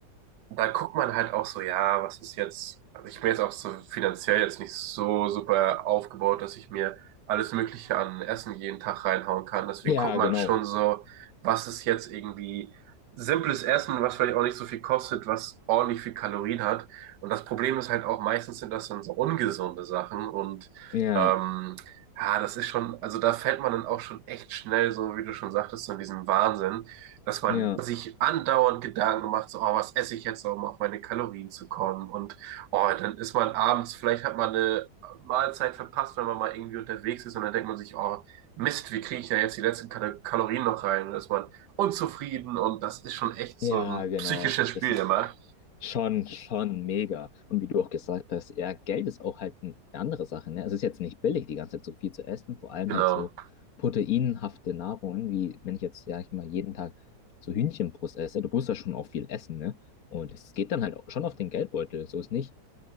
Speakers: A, on the right; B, on the left.
A: da guckt man halt auch so, ja, was ist jetzt, also ich bin jetzt auch so finanziell jetzt nicht so super aufgebaut, dass ich mir alles Mögliche an Essen jeden Tag reinhauen kann. Deswegen
B: Ja,
A: guckt man
B: genau.
A: schon so, was ist jetzt irgendwie simples Essen, was vielleicht auch nicht so viel kostet, was ordentlich viel Kalorien hat. Und das Problem ist halt auch, meistens sind das dann so ungesunde Sachen und
B: Ja,
A: ähm, ja, das ist schon, also da fällt man dann auch schon echt schnell, so wie du schon sagtest, so in diesen Wahnsinn dass man
B: ja,
A: sich andauernd Gedanken macht, so, oh, was esse ich jetzt, um auf meine Kalorien zu kommen? Und oh, dann ist man abends, vielleicht hat man eine Mahlzeit verpasst, wenn man mal irgendwie unterwegs ist und dann denkt man sich, oh, Mist, wie kriege ich da jetzt die letzten Kal Kalorien noch rein? Und dann ist man unzufrieden und das ist schon echt
B: ja,
A: so ein
B: genau.
A: psychisches Spiel
B: Das ist
A: immer.
B: schon, schon mega. Und wie du auch gesagt hast, ja, Geld ist auch halt eine andere Sache, ne? Es ist jetzt nicht billig, die ganze Zeit so viel zu essen, vor allem
A: Genau.
B: halt so proteinhafte Nahrungen, wie wenn ich jetzt, ja, ich mal jeden Tag so Hühnchenbrust esse, du musst ja schon auch viel essen, ne? Und es geht dann halt auch schon auf den Geldbeutel, so ist nicht.